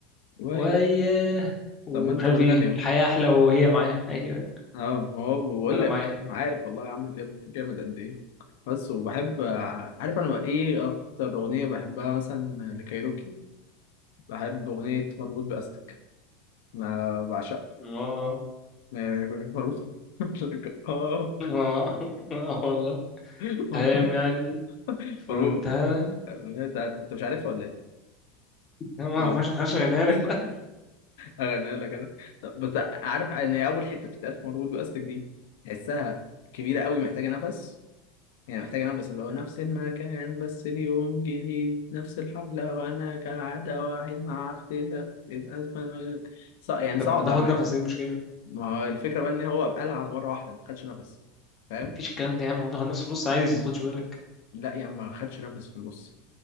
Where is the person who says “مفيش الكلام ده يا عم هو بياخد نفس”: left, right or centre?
Left